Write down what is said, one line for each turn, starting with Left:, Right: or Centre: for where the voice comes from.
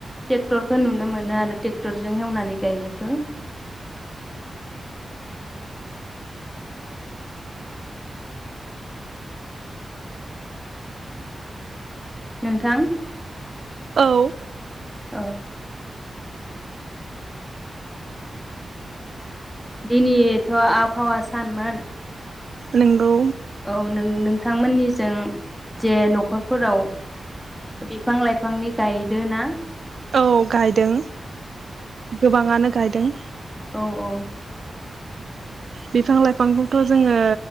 Centre: ट्रेक्टरखौ नुनो मोनो आरो ट्रेक्टरजों एवनानै गायनायखौ। नोंथां।
Right: औ
Centre: औ। दिनैथ आबहावा सानमोन।
Right: नोंगौ।
Centre: औ नों नोंथांमोननिजों जे नखरफोराव बिफां लाइफांनि गायदोना।
Right: औ गायदों गोबाङानो। गायदों।
Centre: औ औ।
Right: बिफां लाइफांखौथ जोङो।